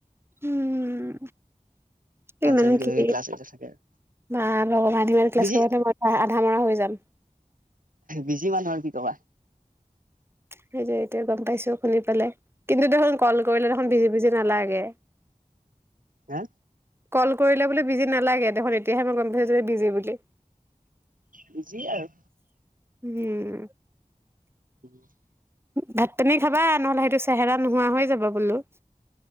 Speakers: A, on the right; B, on the right.
A: উম
B: কালচাৰেল
A: ইমান
B: কিবা
A: কি
B: কিবি ক্লাছ এইবিলাক থাকে আৰু
A: বা ভগৱান ইমান ক্লাছ
B: বিজি
A: কৰিলে মই আধা মৰা হৈ যাম।
B: বিজি মানুহ আৰু কি কবা।
A: সেইটো এতিয়া গম পাইছো শুনি পেলাই কিন্তু দেখোন। ক'ল কৰিলে দেখোন বিজি বিজি নালাগ। তাকে।
B: হা।
A: ক'ল কৰিলে বোলো বিজি নালাগে দেখোন এতিয়াহে মই গম পাইছোঁ বিজি বুলি।
B: বিজি আৰু।
A: উম।
B: <unintelligible>
A: ভাত পানী খাবা নহ'লে সেইটো চেহেৰা নোহোৱা হৈ যাব বোলো।